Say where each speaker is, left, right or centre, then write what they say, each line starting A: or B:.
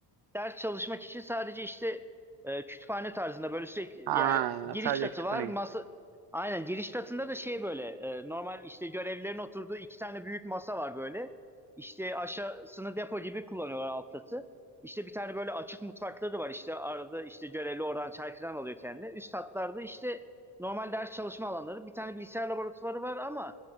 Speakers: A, in the centre; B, on the right (about 65°).
A: ders çalışmak için sadece işte e, kütüphane tarzında böyle sürekli
B: Ha,
A: yani giriş
B: sadece
A: katı
B: kütüphane
A: var. Masa aynen giriş katında da şey böyle e, normal işte görevlilerin oturduğu iki tane büyük masa var böyle. İşte aşağısını depo gibi kullanıyorlar alt katı. İşte bir tane böyle açık mutfakları var işte arada işte görevli oradan çay falan alıyor kendine. Üst katlarda işte normal ders çalışma alanları. Bir tane bilgisayar laboratuvarı var ama